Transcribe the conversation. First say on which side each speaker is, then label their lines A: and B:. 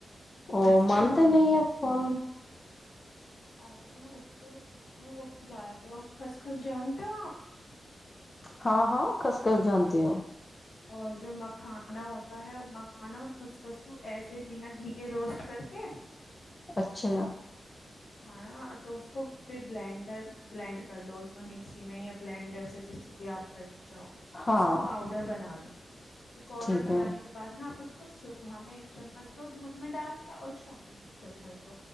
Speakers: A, on the left; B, on the left.
A: اور
B: اچھا
A: مانتے نہیں اف فان
B: آپ نا اس کو نہا وہ کھلایا کرو کس کس جانتے ہو آپ
A: ہاں ہاں کس کس جانتے ہو
B: اور جو مکھانا ہوتا ہے مکھانا اور خسخس کوو ایسے بنا گھی کے روسٹ کر کے
A: اچھا
B: ہاں نا تو اس کو پھر بلینڈر بلینڈ کر لو اس میں مکسی میں یا بلینڈر سے جس سے بھی آپ کرنا جاؤ
A: ہاں
B: اس کا پاؤڈر بنا لو پ پاؤڈر
A: ٹھیک
B: بنانے
A: ہے
B: کے بعد نا آپ اس کو صبح میں ایک چمچ دو دودھ میں ڈال کے اور شام میں ایک چمچ دو